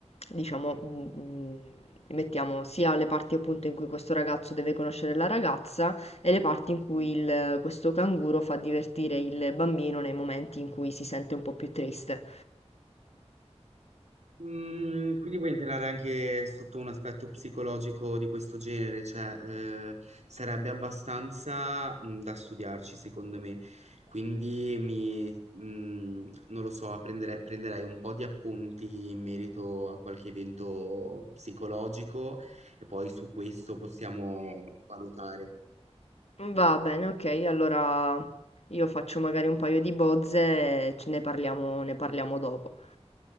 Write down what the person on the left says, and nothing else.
diciamo mh, mettiamo sia alle parti appunto in cui questo ragazzo deve conoscere la ragazza, e le parti in cui il- questo canguro fa divertire il bambino nei momenti in cui si sente un po' più triste.
Va bene, ok, allora io faccio magari un paio di bozze e ce ne parliamo, ne parliamo dopo.